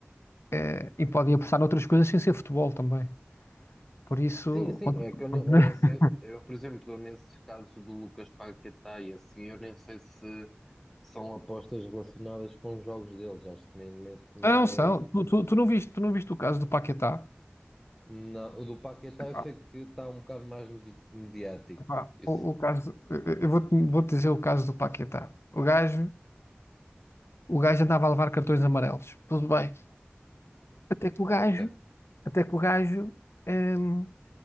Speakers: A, on the left (about 80°); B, in the centre.
A: eh, e podem apostar noutras coisas sem ser futebol também. Por isso,
B: Sim, sim,
A: quando-
B: é que eu nem,
A: quando-
B: eu
A: <laughs>
B: nem sei, eu, por exemplo, nesses casos do Lucas Paquetá e assim, eu nem sei se são apostas relacionadas com os jogos deles, acho que nem, nem- não
A: não
B: é
A: são.
B: esse.
A: Tu, tu, tu não viste, tu não viste o caso do Paquetá?
B: Não, o do Paquetá eu
A: Ah,
B: sei que está um bocado mais medi- mediático.
A: pá,
B: Isso.
A: O, o caso, eu eu vou-te vou dizer o caso do Paquetá. O gajo, o gajo andava a levar cartões amarelos. Tudo bem. Até que o gajo,
B: Ah, ok.
A: até que o gajo hum,